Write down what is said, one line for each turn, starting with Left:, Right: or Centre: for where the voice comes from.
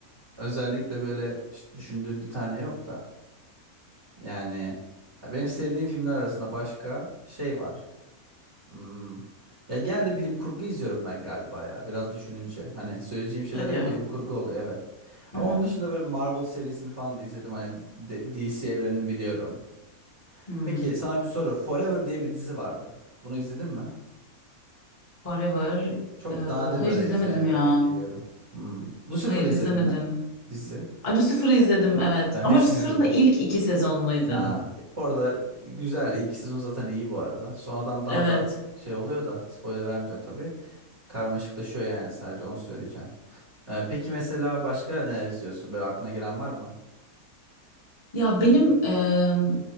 Right: özellikle böyle ş- düşündüğüm bir tane yok da yani benim sevdiğim filmler arasında başka şey var. Hmm. Ya genelde bilim kurgu izliyorum ben galiba ya. Biraz düşününce. Hani söyleyeceğim şeyler
Left: Hadi
Right: hep
Left: ya.
Right: bilim kurgu oluyor evet. Ama
Left: Hı hı.
Right: onun dışında böyle Marvel serisini falan da izledim. Hani D- D- DC evrenini biliyorum.
Left: Hmm.
Right: Peki sana bir soru. Forever diye bir dizi vardı. Bunu izledin mi?
Left: Forever.
Right: Çok
Left: Ee,
Right: nadir
Left: hayır
Right: böyle
Left: izlemedim
Right: izleyenlere
Left: ya.
Right: denk geliyorum. Hmm. Lucifer'ı
Left: Hayır
Right: izledin
Left: izlemedim.
Right: mi? Dizi.
Left: A, Lucifer'ı izledim evet.
Right: Ee, hepsini
Left: Ama Lucifer'ın
Right: izledim.
Left: da ilk iki sezonunu izledim.
Right: Aa, bu arada güzel. İlk sezon zaten iyi bu arada. Sonradan daha
Left: Evet.
Right: da şey oluyor da spoiler vermeyeceğim tabii. Karmaşıklaşıyor yani sadece onu söyleyeceğim. Ee, peki mesela başka neler izliyorsun? Böyle aklına gelen var mı?
Left: Ya benim em,